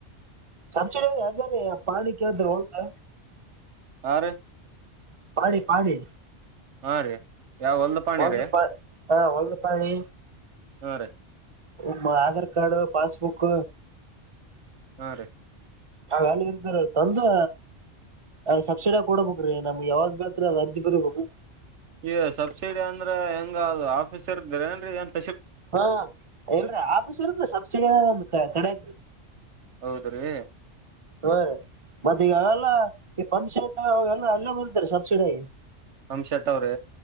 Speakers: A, on the right; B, on the right.
A: ಸಬ್ಸಿಡಿ ಅ್ದ ಪಾಣಿ ಕೇಳಿದ್ರೆ ಹೌದು
B: ಹಾ ರೀ
A: ಪಾಣಿ ಪಾಣಿ
B: ಹಾ ರೀ ಯಾವ ಹೊಲ್ದ ಪಾಣಿ
A: ಒಂದುಪಾಣೆ
B: ರೀ
A: ಒಂದು ಪಾಣಿ
B: ಹಾ ರೀ
A: ಹಮ್ಮ ಆಧಾರ್ ಕಾರ್ಡು ಪಾಸ್ಬುಕ್
B: ಹಾ ರೀ
A: ಅವೆಲ್ಲ ಇರ್ತಾರ ತಂದೆ ಅಯ್ ಸಬ್ಸಿಿಯ ಕೊಡ್ಬೇಕ್ರೀ ನಮ್ಗ್ ಯಾವಾಗ್ ಬೇಕ್ರೀ ಅದ್ ಅರ್ಜಿ ಬರಿಬೇಕು
B: ಈ ಸಬ್ಸಿಡಿ ಅಂದ್ರೆ ಹೆಂಗ ಅದು ಆಫೀಸರ್ ಗ್ರೇನ್ಿಂತ
A: ಹಾ ಎಲ್ರೀ ಆಫೀಸ್ ಇರದ ಸಬ್ಸಿಡಿ ಅ ಒಂದ ಕಡೆೀ
B: ಹೌದ್ರೀ
A: ಹ್ರ ಮತ್ತೆ ಈ ಅವೆಲ್ಲ ಈ ಪಂಪ್ಸೆಟ್ ಅವ ಎಲ್ಲ ಅಲ್ಲೇ ಬರ್ತಾರೆ ಸಬ್ಸಿಡಿ
B: ಹಂ ಶಟ್ ಅವ್ರೇ